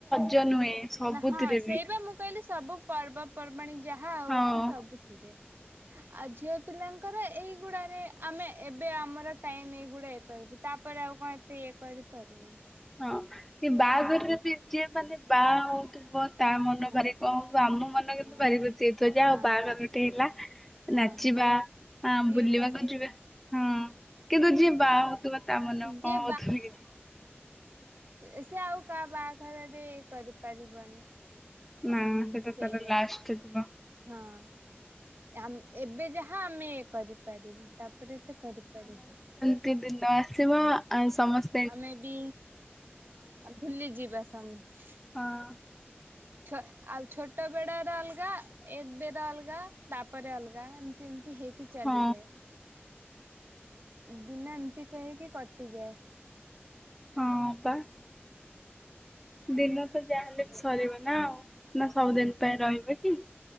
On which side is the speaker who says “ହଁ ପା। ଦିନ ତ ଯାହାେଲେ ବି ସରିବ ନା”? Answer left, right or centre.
Centre